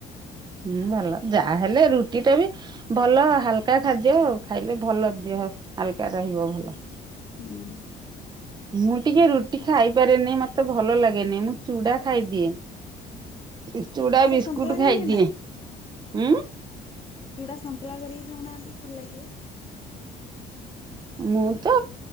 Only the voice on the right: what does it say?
ହୁଁ ଭଲ, ଯାହେଲେ ରୁଟି ଟା ବି ଭଲ ହାଲକା ଖାଦ୍ୟ ଖାଇଲେ ଭଲ ଦେହ ହାଲକା ରହିବ ଭଲ।
ମୁଁ ଟିକେ ରୁଟି ଖାଇପାରେନେଇ ମତେ ଭଲ ଲାଗେନି, ମୁଁ ଚୁଡା ଖାଇଦିଏ। ତୁ ଚୁଡ଼ା, ବିସ୍କୁଟ
ଖାଇଦିଏ
ଉଁ।
ମୁଁ ତ